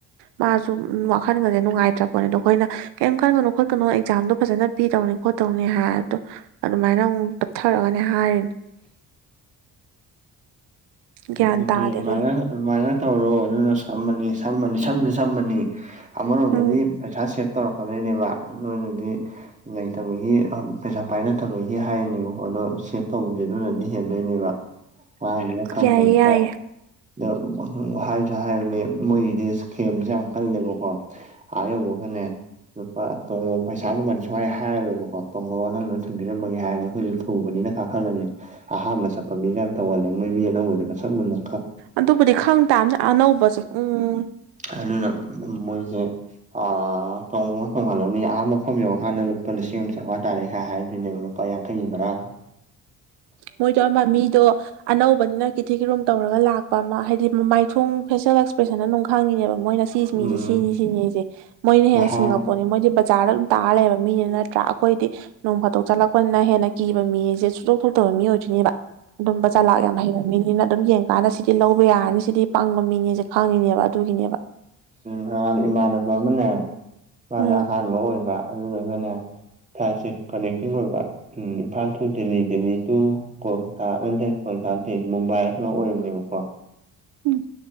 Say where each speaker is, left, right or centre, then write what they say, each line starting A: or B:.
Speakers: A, on the right; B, on the right.
A: ꯃꯥꯁꯨ ꯋꯥꯈꯟꯒꯖꯦ ꯅꯨꯡꯉꯥꯏꯇ꯭ꯔꯄꫭꯠꯅꯤ ꯑꯗꯨ ꯑꯩꯈꯣꯏꯅ ꯀꯩꯝ ꯈꯟꯒꯅꯣ ꯈ ꯀꯅꯣ ꯑꯦꯛꯖꯥꯝꯗꯣ ꯐꯖꯅ ꯄꯤ ꯗꯧꯅꯤ ꯈꯣꯠꯇꯧꯅꯤ ꯍꯥꯏꯕꯗꯣ ꯑꯗꯨꯃꯥꯏꯅ ꯑꯃꯨꯛ ꯇꯞꯊꯔꯒꯅꯦ ꯍꯥꯏꯔꯤꯅꯦ ꯒ꯭ꯌꯥꯟ
B: ꯑꯗꯨꯗꯤ
A: ꯇꯥꯗꯦ
B: ꯑꯗꯨꯃꯥꯏꯅ
A: ꯑꯗꯨꯅ
B: ꯑꯗꯨꯃꯥꯏꯅ ꯇꯧꯔꯣ ꯑꯗꯨꯅ ꯁꯝꯃꯅꯤ ꯁꯃꯅꯤ ꯁꯝꯁꯨ ꯁꯝꯃꯅꯤ ꯑꯃꯔꯣꯝꯗꯗꯤ
A: ꯎꯝ
B: ꯄꯩꯁꯥ ꯁꯦꯚ ꯇꯧꯔꯛꯀꯗꯣꯏꯅꯦꯕ ꯅꯣꯏꯅꯗꯤ ꯂꯩꯇꯕꯒꯤ ꯄꯩꯁꯥ ꯄꯥꯏꯅꯗꯕꯒꯤ ꯍꯥꯏꯔꯅꯦꯕꯀꯣ ꯑꯗꯣ ꯁꯦꯞ ꯇꯧꯕꯗꯤ ꯑꯗꯨꯅꯗꯤ ꯍꯦꯟꯗꯣꯏꯅꯦꯕ ꯄꯥꯔꯤꯔ ꯈꯪꯗꯕꯗꯨꯗ
A: ꯌꯥꯏꯌꯦ ꯌꯥꯏꯌꯦ
B: ꯑꯗꫭ ꯍꯥꯏꯁꯨ ꯍꯥꯏꯕꯅꯦ ꯃꯣꯏꯒꯤꯗꯤ ꯏꯁꯀꯦꯝꯁꯦ ꯌꯥꯝ ꯀꯜꯂꯦꯕꯀꯣ ꯑꯥ ꯌꯧꯕꯒꯅꯦ ꯂꯨꯄꯥ ꯇꯣꯡꯉꯣ ꯄꯩꯁꯥ ꯃꯃꯟ ꯁꯨꯡꯍꯥꯏ ꯍꯥꯏꯔꯣꯏꯕꯀꯣ ꯇꯣꯡꯉꯣ ꯅꯪꯅ ꯊꯤꯟꯕꯤꯔꯝꯕꯒꯦ ꯍꯥꯏꯔꯦ ꯑꯩꯈꯣꯏꯖꯨ ꯊꯨꯕꯅꯤꯅ ꯀꯥꯈꯠꯂꯅꯤ ꯑꯍꯥꯟꯕ ꯆꯠꯄ ꯃꯤꯅ ꯌꯥꯝ ꯇꯧꯍꯜꯂꯦ ꯃꯣꯏ ꯃꯤ ꯑꯅꯧꯕꯅꯦ ꯃꯁꯛꯂꯨꯅ
A: ꯑꯗꯨꯕꯨꯗꯤ ꯈꯪ ꯇꯥꯕꯅꯦ ꯑꯅꯧꯕꯁꯦ ꯎꯝ
B: ꯑꯗꯨꯅ ꯃꯣꯏꯖꯦ ꯑ ꯇꯣꯡꯉ ꯊꯣꯡꯍꯜꯂꯅꯤ ꯑꯥ ꯃꯐꯝ ꯌꯧ ꯀꯥꯟꯅ ꯂꯨꯄꯥ ꯂꯤꯁꯤꯡ ꯑꯃ ꯆꯥꯉꯥ ꯇꯥꯔꯦ ꯍꯥꯏ ꯍꯥꯏꯗꯣꯏꯅꯦꯕ ꯂꯨꯄꯥ ꯌꯥꯡꯈꯩꯒꯤ ꯕꯔꯥꯗꯣ
A: ꯃꯣꯏꯗꫭ ꯑꯃ ꯃꯤꯗꯣ ꯑꯅꯧꯕꯅꯤꯅ ꯀꯤꯊꯤ ꯀꯤ ꯔꯨꯝ ꯇꯧꯔꯒ ꯂꯥꯛꯄ ꯑꯃ ꯍꯥꯏꯗꯤ ꯃꯥꯏꯊꯣꯡ ꯐꯦꯁꯤꯦꯜ ꯑꯦꯛꯁꯄ꯭ꯔꯦꯁꯟꯅ ꯅꯨꯡ ꯈꯪꯉꯤꯅꯦꯕ ꯃꯣꯏꯅ ꯃꯤꯁꯤ ꯃꯤꯁꯦ
B: ꯎꯝ
A: ꯁꯤꯅꯤ ꯁꯤꯅꯤꯖꯦ ꯃꯣꯏꯅ ꯍꯦꯟꯅ
B: ꯅꯍꯥꯟ
A: ꯁꯤꯡꯉꯛꯄꯣꯠꯅꯦ ꯃꯣꯏꯗꯤ ꯕꯖꯥꯔꯗ ꯑꯗꯨꯝ ꯇꯥꯔ ꯂꯩꯕ ꯃꯤꯅꯤꯅꯠꯇ ꯅꯠꯇ꯭ꯔꯥ ꯑꯩꯈꯣꯏꯗꯤ ꯅꯣꯡ ꯐꯥꯇꯣꯛ ꯆꯠꯂꯛꯄꯅꯤꯅ ꯍꯦꯟꯅ ꯀꯤꯕ ꯃꯤꯁꯦ ꯁꯨꯡꯇꯣꯛ ꯊꯣꯛꯇꯕ ꯃꯤ ꯑꯣꯏꯗꯣꯏꯅꯦꯕ ꯑꯗꯨꯝꯕ ꯆꯂꯥꯛ ꯌꯥꯝ ꯍꯩꯅ ꯃꯤꯅꯤꯅ ꯑꯗꯨꯝ ꯌꯦꯡꯀꯥꯟꯗ ꯁꯤꯗꯤ ꯂꯧꯕ ꯌꯥꯔꯅꯤ ꯁꯤꯗꯤ ꯄꯪꯕ ꯃꯤꯅꯦꯖꯦ ꯈꯪꯉꯤꯅꯦꯕ ꯑꯗꯨꯒꯤꯅꯦꯕ
B: ꯅꯍꯥꯟ ꯏꯃꯥꯟꯅꯕ ꯑꯃꯅꯦ ꯃꯥ
A: ꯎꯝ
B: ꯑꯍꯥꯟꯕ ꯑꯣꯏꯕ ꯑꯗꯨꯗꯨꯒꯅꯦ ꯊꯥꯁꯦ ꯀꯅꯦꯛꯇꯤꯡ ꯑꯣꯏꯕ ꯎꯝ ꯏꯝꯐꯥꯜ ꯇꯨ ꯗꯦꯜꯂꯤ ꯗꯦꯜꯂꯤ ꯇꯨ ꯀꯣꯜꯀꯇꯥ ꯅꯠꯇꯦ ꯀꯣꯜꯀꯇꯥ ꯅꯠꯇꯦ ꯃꯨꯝꯕꯥꯏꯔ ꯀꯩꯅꫭꯝ ꯑꯣꯏꯕꯅꯦꯕꯀꯣ
A: ꯎꯝ